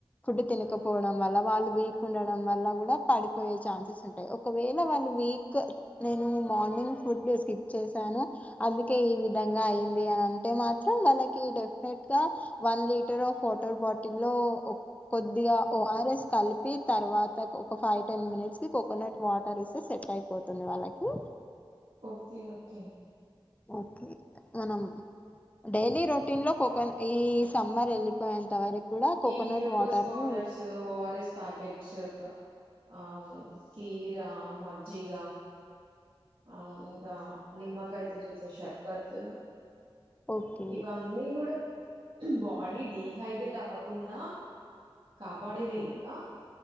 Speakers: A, on the left (about 15°); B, on the right (about 70°).
A: ఫుడ్ తినకపో వల్ల వాళ్ళు వీక్ ఉండడం వల్ల కూడా పడిపోయే ఛాన్సెస్ ఉంటాయి, ఒకవేళ వాళ్ళు వీక్ నేను మార్నింగ్ ఫుడ్ స్కిప్ చేశాను, అందుకే ఈ విధంగా అయింది అని అంటే మాత్రం, వాళ్ళకి డెఫెట్ గా one litre of water bottle లో కొద్దిగా ఒ ఆర్ ఎస్ కలిపి తర్వాత ఒక ఫైవ్ టెన్ మినిట్స్ కి కోకోనట్ వాటర్ ఇస్తే సెట్ అయిపోతుంది. ట్ వాళ్లకి
B: ఓకే ఓకే
A: ఓకే మనం డైలీ రొటీన్ లో కోకో ఈ సమ్మర్ వెళ్ళిపోయంత వరకు కూడా కోకోనట్
B: ఈ గ్లూకోస్
A: వాటర్
B: పౌడర్స్,
A: ని
B: ఓఆర్ఎస్ ప్యాకెట్స్ ఆ కీరా, మజ్జిగ ఆ ఇంకా నిమ్మకాయతో చేసే షర్బత్
A: ఓకే
B: ఇవన్నీ కూడా బాడీ డిహైడ్రేట్ అవ్వకుండా కాపాడేవే
A: ఉమ్,
B: కదా